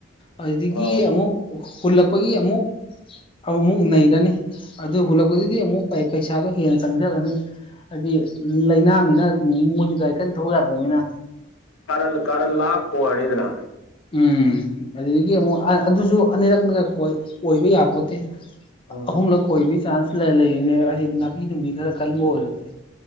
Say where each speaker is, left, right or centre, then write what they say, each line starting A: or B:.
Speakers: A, on the left (about 25°); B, on the left (about 85°).
A: ꯑꯗꯨꯗꯒꯤ
B: ꯑꯥ
A: ꯑꯃꯨꯛ ꯍꯨꯜꯂꯛꯄꯒꯤ ꯑꯃꯨꯛ ꯑꯃꯨꯛ ꯅꯩꯔꯅꯤ ꯑꯗꯨ ꯍꯨꯜꯂꯛꯄꯗꯨꯗꯤ ꯑꯃꯨꯛ ꯄꯩꯁꯥꯗꯣ ꯍꯦꯟꯅ ꯆꯪꯁꯤꯜꯂꯅꯤ ꯍꯥꯏꯗꯤ ꯂꯩꯅꯥꯡꯅꯤꯅ ꯎꯝ ꯃꯣꯏꯗꯤ ꯒꯔꯤ ꯀꯟꯅ ꯊꯧꯕ ꯌꯥꯗ꯭ꯔꯕꯅꯤꯅ
B: ꯀꯥꯔꯟ ꯀꯥꯔꯟ ꯂꯥꯛ ꯈꯣꯑꯅꯤꯗꯅ
A: ꯎꯝ ꯑꯗꯨꯗꯒꯤ ꯑꯃꯨꯛ ꯑꯗꯨꯁꯨ ꯑꯅꯤꯔꯛꯅ ꯑꯣꯏꯕ ꯌꯥꯄꯣꯠꯇꯦ
B: ꯑꯥ
A: ꯑꯍꯨꯝꯂꯛ ꯈꯣꯏꯕꯒꯤ ꯆꯥꯟꯁ ꯂꯩꯔꯤꯅꯦ ꯑꯁꯤꯗꯤ ꯅꯥꯄꯤ ꯅꯨꯕꯤ ꯈꯔ ꯀꯟꯕ ꯑꯣꯏꯔꯗꯤ